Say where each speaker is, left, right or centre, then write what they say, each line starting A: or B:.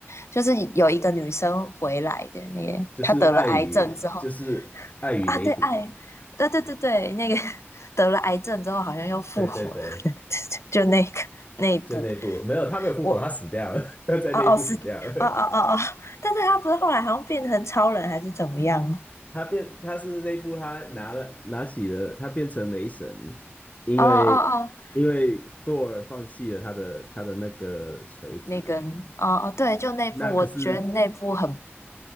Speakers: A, on the left; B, on the left.
A: 就是有一个女生回来的那个，
B: 就是爱与就是爱与雷霆，
A: 她得了癌症之后啊，对，爱，对对对对，那个 <laughs> 得了癌症之后好像又复活了，
B: 对对对，
A: <laughs> 就那个那一部，
B: 就那部没有，他没有复活，
A: 我
B: 他死掉了，<laughs> 他在那部死掉了。
A: 啊哦是啊啊啊啊，但是他不是后来好像变成超人还是怎么样？
B: 他变他是那部他拿了拿起了他变成雷神，因为因为
A: 哦哦哦，
B: Thor 放弃了他的他的那个锤子，
A: 那个，哦哦，对，就那部，
B: 那可是
A: 我觉得那部很